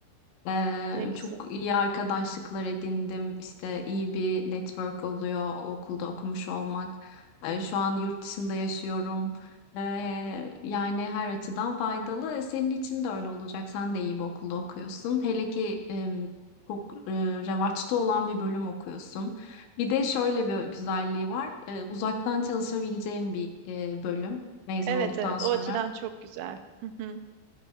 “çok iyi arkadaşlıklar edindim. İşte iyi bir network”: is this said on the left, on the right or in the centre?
Left